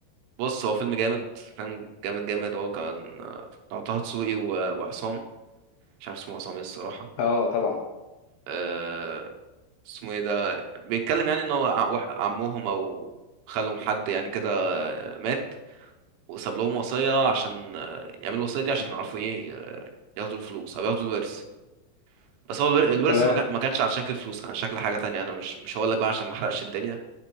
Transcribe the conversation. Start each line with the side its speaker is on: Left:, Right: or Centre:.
Right: بص هو فيلم جامد فيلم جامد جامد هو كان آه، بتاع طه دسوقي و- وعصام مش عارف اسمه عصام ايه الصراحة
Left: اه طبعا
Right: آه، اسمه ايه ده بيتكلم يعني ان هو ع- وح- عمهم او خالهم حد يعني كده آه، مات وساب لهم وصية عشان آه، يعملوا الوصية دي عشان يعرفوا ايه آه، ياخدوا الفلوس او ياخدوا الورث بس هو الور- الورث
Left: تمام
Right: ما كان- ما كانش على شكل فلوس كان على شكل حاجة تانية انا مش مش هقول لك بقى عشان ما احرقش الدنيا